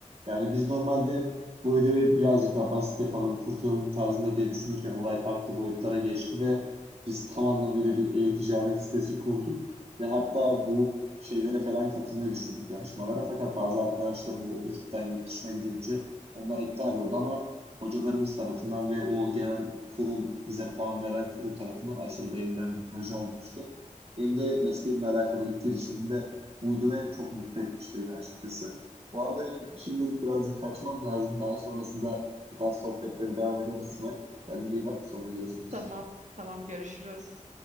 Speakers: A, on the right; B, on the right.
A: Yani biz normalde bu ödevi birazcık daha basit yapalım, kurtulalım tarzında diye düşünürken olay farklı boyutlara geçti ve biz tam anlamıyla bir e-ticaret sitesi kurduk ve hatta bu şeylere falan katılmayı düşündük yarışmalara. Fakat bazı arkadaşlarım o ekipten yurt dışına gidince onlar iptal oldu ama hocalarımız tarafından ve o genel kurul bize puan veren kurul tarafından aşırı beğenilen bir proje olmuştu. Benim de mesleğimle alakalı ilk girişimimde buydu ve çok mutlu etmişti beni açıkçası. Bu arada benim şimdilik birazcık kaçmam lazım. Daha sonrasında bu tarz sohbetleri devam ederiz İsmail. Kendine iyi bak. Sonra görüşürüz.
B: Tamam, tamam görüşürüz.